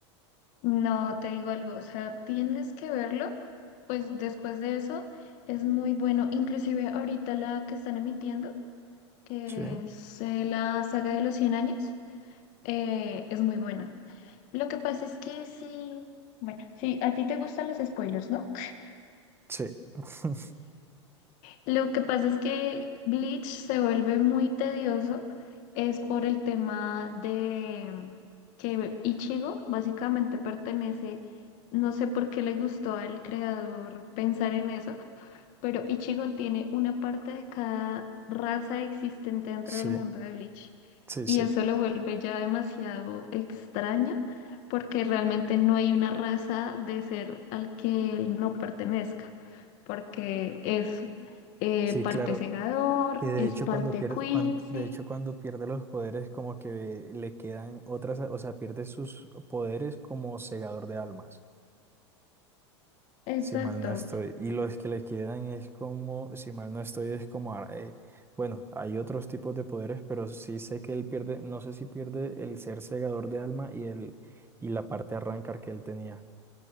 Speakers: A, on the left (about 55°); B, on the right (about 15°).
A: No, te digo algo, o sea, tienes que verlo, pues después de eso es muy bueno, inclusive ahorita la que están emitiendo, que
B: Sí.
A: es eh, la saga de los 100 años, eh, es muy buena. Lo que pasa es que sí, bueno, sí, a ti te gustan los spoilers, ¿no?
B: Sí, <laughs>
A: Lo que pasa es que Bleach se vuelve muy tedioso, es por el tema de que Ichigo básicamente pertenece, no sé por qué le gustó al creador pensar en eso, pero Ichigo tiene una parte de cada raza existente dentro
B: sí,
A: del mundo de Bleach.
B: sí,
A: Y
B: sí,
A: eso lo vuelve ya demasiado extraño, porque realmente no hay una raza de ser al que él no pertenezca, porque es eh,
B: sí,
A: parte
B: claro.
A: segador,
B: Que de
A: es
B: hecho
A: parte
B: cuando pierde,
A: Quincy.
B: cuan- de hecho cuando pierde los poderes como que le quedan otras, o sea, pierde sus poderes como segador de almas,
A: Exacto.
B: si mal no estoy. Y los que le quedan es como, si mal no estoy, es como, ara- eh, bueno, hay otros tipos de poderes, pero sí sé que él pierde, no sé si pierde el ser segador de alma y el, y la parte arrancar que él tenía.